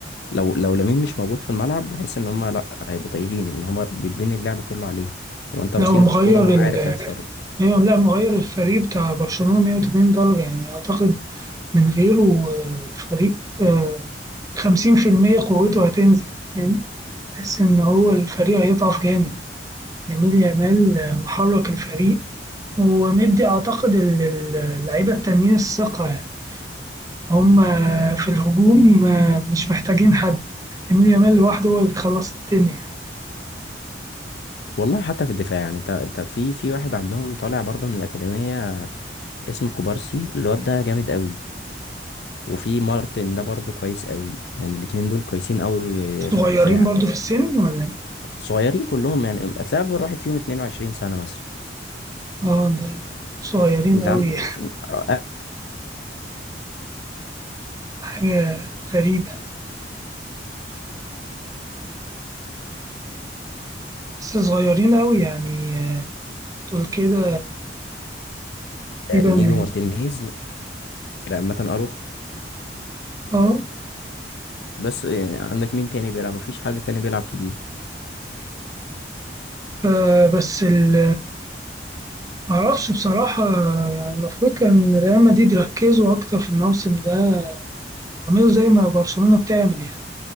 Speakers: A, on the left; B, on the right.
A: لو لو لامين مش موجود في الملعب بحس ان هم لا هيبقوا تايهين لان هم بيتبني اللعب كله عليه هو انت
B: لو
A: بصيل
B: مغير
A: الكوره وهو
B: ال
A: عارف
B: <laughs>
A: هيتصرف
B: إيه، لا مغير الفريق بتاع برشلونة 180 درجة يعني أعتقد من غيره آه، الفريق آه، 50% قوته هتنزل يعني تحس إن هو الفريق هيضعف جامد يميل يامال آه، محرك الفريق ومدي أعتقد ال- ال- اللعيبة التانيين الثقة هم في الهجوم مش محتاجين حد يمين يامال لوحده هو اللي بيخلص الدنيا
A: والله حتى في الدفاع يعني انت انت في في واحد عندهم طالع برضه من الاكاديميه اسمه كوبارسي الواد ده جامد قوي وفي مارتن ده برضه كويس قوي يعني الاتنين دول كويسين قوي
B: صغيرين
A: في الدفاع
B: برضو في السن ولا إيه؟
A: صغيرين كلهم يعني هتلاقي اكبر واحد فيهم 22 سنه مثلا
B: اه ده صغيرين
A: انت
B: قوي
A: عن... آه،
B: <laughs> حاجة غريبة بس صغيرين قوي يعني دول كده تقريبا
A: انيجو مارتينيز لا مثلا اروخ
B: اه
A: بس يعني عندك مين تاني بيلعب مفيش حد تاني بيلعب كبير
B: آه، بس ال معرفش بصراحة يعني المفروض كان ريال مدريد يركزوا أكتر في الموسم ده يعملوا زي ما برشلونة بتعمل يعني